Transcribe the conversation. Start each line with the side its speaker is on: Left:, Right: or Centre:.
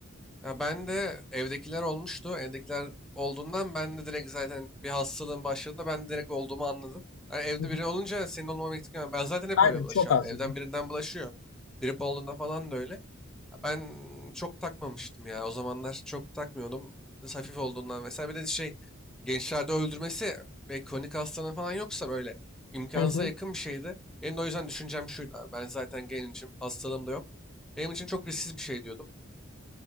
Centre: Ya ben de evdekiler olmuştu. Evdekiler olduğundan ben de direkt zaten bir hastalığın başladığında ben direkt olduğumu anladım. Yani evde
Left: Hı hı.
Centre: biri olunca senin olmama ihtimali. Ben zaten hep
Left: Aynen
Centre: öyle bulaşıyorum.
Left: çok az
Centre: abi. Evden
Left: yani.
Centre: birinden bulaşıyor. Grip olduğunda falan da öyle. Ya Ben çok takmamıştım ya. O zamanlar çok takmıyordum. Biraz Hafif olduğundan vesaire. Bir de şey gençlerde öldürmesi ve kronik hastalığı falan yoksa böyle imkansıza
Left: Hı hı.
Centre: yakın bir şeydi. Benim de o yüzden düşüncem şuydu abi. Ben zaten gencim. Hastalığım da yok. Benim için çok risksiz bir şey diyordum.